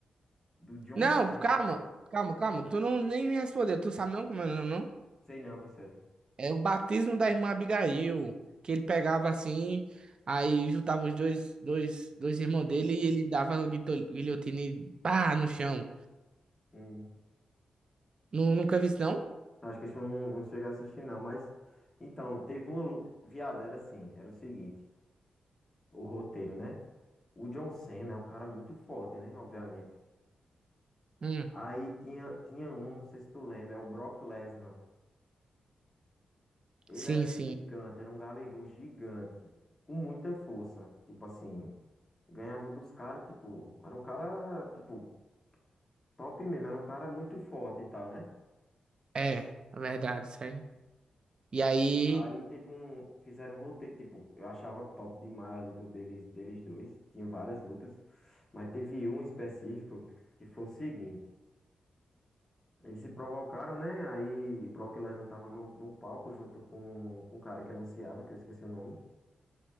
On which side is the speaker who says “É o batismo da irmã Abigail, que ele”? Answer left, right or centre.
Right